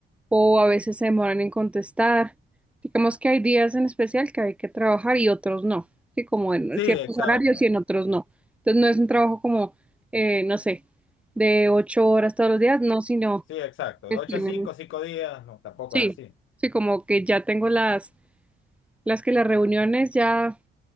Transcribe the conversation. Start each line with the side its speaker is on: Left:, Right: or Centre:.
Centre: o a veces se demoran en contestar. Digamos que hay días en especial que hay que trabajar y otros no, sí, como en
Left: Sí,
Centre: ciertos
Left: exacto.
Centre: horarios y en otros no. Entonces no es un trabajo como, eh, no sé, de ocho horas todos los días, no, sino
Left: Sí, exacto.
Centre: que
Left: De 8
Centre: tienen-
Left: a 5, 5 días, no, tampoco
Centre: sí,
Left: es así.
Centre: sí, como que ya tengo las, las que las reuniones ya